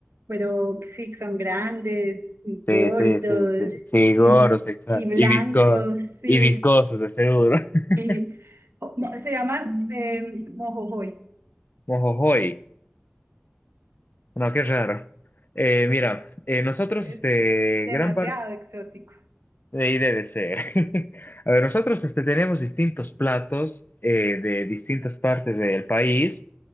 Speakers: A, on the right; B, on the left.
A: pero sí, son grandes y gordos
B: Sí, sí, sí, sí. Sí,
A: y,
B: gordos, exacto.
A: y blancos,
B: Y visco,
A: sí,
B: y viscosos, de seguro. <laughs>
A: sí. O- mo- Se llaman eh, mojojoy.
B: Mojojoy. No, qué raro. Eh, mira, eh, nosotros,
A: Es
B: este,
A: demasiado
B: gran parte
A: exótico.
B: de IDDC. <laughs> A ver, nosotros, este, tenemos distintos platos eh, de distintas partes del país.